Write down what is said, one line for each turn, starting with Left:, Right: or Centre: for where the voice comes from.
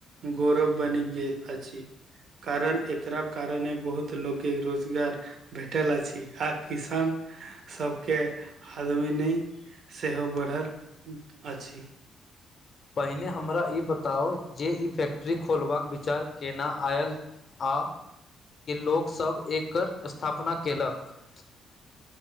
Right: गौरव बनि गेल अछि कारण एकरा कारणे बहुत लोककेँ रोजगार भेटल अछि आ किसान सबके आमदनी सेहो बढ़ल अछि
Left: पहिने हमरा ई बताउ जे ई फैक्ट्री खोलबाक विचार केना आयल आ लोकसब एकर स्थापना कयलक <unintelligible> <unintelligible>